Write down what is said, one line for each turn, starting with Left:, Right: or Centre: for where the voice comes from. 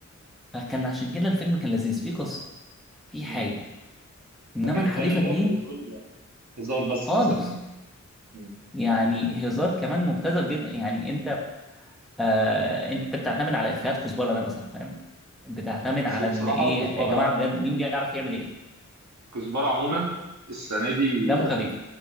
Centre: فكان عشان كده الفيلم كان لذيذ فيه قصه في
Right: امم
Centre: حاجه انما
Right: لكن التاني
Centre: الحريفه
Right: ده
Centre: اتنين
Right: انت بتقول هزار بس
Centre: خالص
Right: مثلا يعني امم
Centre: يعني هزار كمان مبتذل جدا يعني انت آه انت بتعتمد على افيهات كزبره ده مثلا فاهم بتعتمد
Right: بس
Centre: على
Right: بصراحه
Centre: ان ايه
Right: كزبره
Centre: يا جماعه بجد مين بيعرف يعمل ايه
Right: كزبره عموما السنه دي
Centre: دمه خفيف